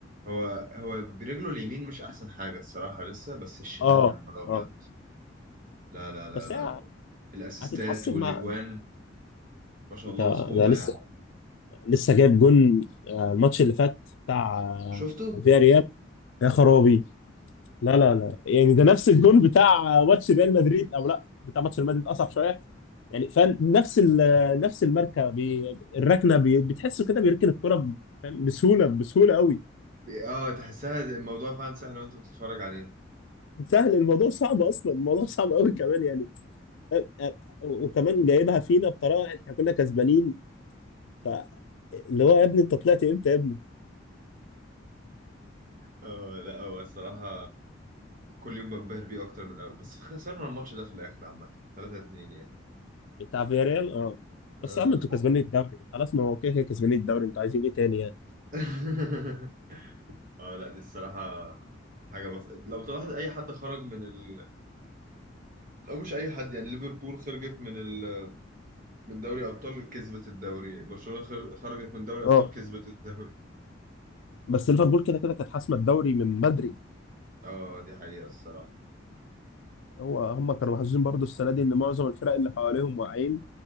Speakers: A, on the right (about 45°); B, on the left (about 75°).
A: هو هو برجله اليمين مش احسن حاجة الصراحة لسه بس الشمال
B: اه
A: يا نهار ابيض
B: اه
A: لا لا لا
B: بس
A: لا
B: هي
A: الاسيستات
B: هتتحسن
A: والاجوان
B: مع
A: ما شاء
B: انت
A: الله مظبوطة
B: ده لسه
A: يعني
B: لسه جايب جون آه، الماتش اللي فات بتاع آه،
A: شفتوا
B: فياريال يا خرابي لا لا لا يعني ده نفس الجون بتاع ماتش ريال مدريد او لا بتاع ماتش ريال مدريد اصعب شويه يعني فاهم نفس ال- نفس الماركه بي الركنه بي بتحسه كده بيركن الكره ب- فاهم بسهوله بسهوله قوي
A: اه تحسها الموضوع فعلا سهل وانت بتتفرج عليه <laughs>
B: سهل الموضوع صعب اصلا الموضوع صعب قوي كمان يعني فاهم؟ و- وكمان جايبها فينا بطريقه احنا كنا كسبانين ف اللي هو يا ابني انت طلعت امتى يا ابني
A: اه لا هو الصراحة كل يوم بنبهر بيه أكتر من الأول بس خسرنا الماتش ده في الآخر عامة 3-2 يعني
B: بتاع فياريال اه
A: اه
B: بس يا عم انتوا كسبانين الدوري خلاص ما هو كده كده كسبانين الدوري انتوا عايزين ايه تاني يعني
A: <laughs> اه لا دي الصراحة حاجة بس لو طلعت أي حد خرج من ال... أو مش أي حد يعني ليفربول خرجت من ال... من دوري أبطال كسبت الدوري برشلونة خر... خرجت من دوري أبطال
B: اه
A: كسبت الدوري
B: بس ليفربول كده كده كانت حاسمه الدوري من بدري
A: اه دي حقيقة الصراحة
B: هو هم كانوا محظوظين برضو السنه دي ان معظم الفرق اللي حواليهم واقعين